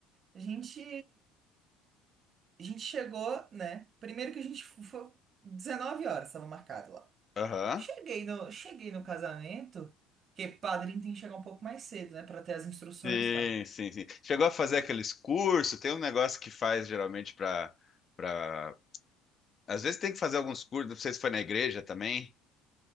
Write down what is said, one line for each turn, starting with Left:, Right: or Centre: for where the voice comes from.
Right: a gente, a gente chegou, né? Primeiro que a gente fo- foi 19 horas, estava marcado lá.
Left: Aham.
Right: Cheguei no, cheguei no casamento, porque padrinho tem que chegar um pouco mais cedo, né? Pra ter as instruções
Left: Sim,
Right: e tal.
Left: sim, sim. Chegou a fazer aqueles cursos, tem um negócio que faz geralmente pra, pra... Às vezes tem que fazer alguns cursos, não sei se foi na igreja também.